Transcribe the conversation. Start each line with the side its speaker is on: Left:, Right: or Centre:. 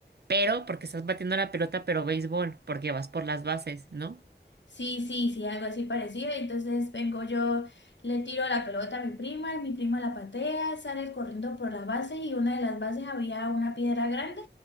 Right: pero porque estás batiendo la pelota, pero béisbol, porque vas por las bases, ¿no?
Left: Sí, sí, sí, algo así parecido. Entonces vengo yo, le tiro la pelota a mi prima, mi prima la patea, sale corriendo por las bases y una de las bases había una piedra grande